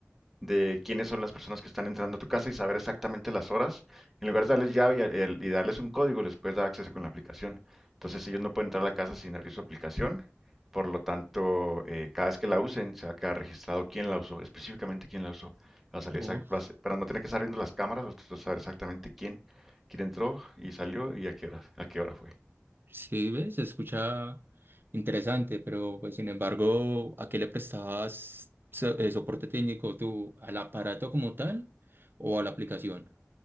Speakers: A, in the centre; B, on the right.
A: de quiénes son las personas que están entrando a tu casa y saber exactamente las horas. En lugar de darles llave y, el- y darles un código, les puedes dar acceso con la aplicación. Entonces ellos no pueden entrar a la casa sin abrir su aplicación. Por lo tanto, eh, cada vez que la usen, se va a quedar registrado quién la usó, específicamente quién la usó. Va a salir
B: oh.
A: exact- va a ser- para no tener que estar viendo las cámaras, vas a saber exactamente quién, quién entró y salió y a qué hora, a qué hora fue.
B: Sí, ves, se escucha interesante, pero pues sin embargo, ¿a qué le prestabas so- eh, soporte técnico tú? ¿Al aparato como tal o a la aplicación